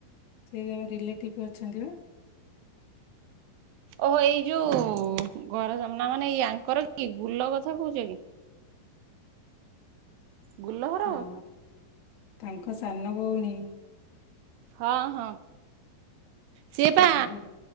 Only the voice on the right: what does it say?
ଓହୋ ଏଇ ଯୋଉ ଘର ସାମନା ମାନେ ଏଇ ଆଙ୍କର କି ଗୁଲ କଥା କହୁଛ କି? ଗୁଲହର
ହଁ ହଁ। ସିଏ
ପା